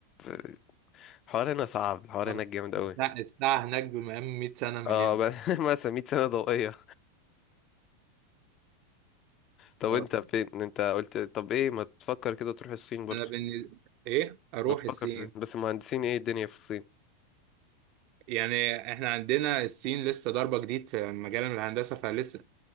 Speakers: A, on the left (about 40°); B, on the right (about 50°).
A: <laughs> الحوار هنا صعب الحوار
B: اه
A: هناك جامد قوي
B: الساعة الساعة هناك بمقام 100 سنة من
A: اه
B: هنا
A: بس <laughs> مثلا 100 سنة ضوئية طب
B: آه.
A: انت فين انت قلت طب ايه ما تفكر كده تروح الصين برضو
B: أنا بن... إيه أروح
A: ما تفكر
B: الصين
A: في الصين بس المهندسين ايه الدنيا في الصين
B: يعني إحنا عندنا الصين لسه ضربة جديد في مجال الهندسة فلسه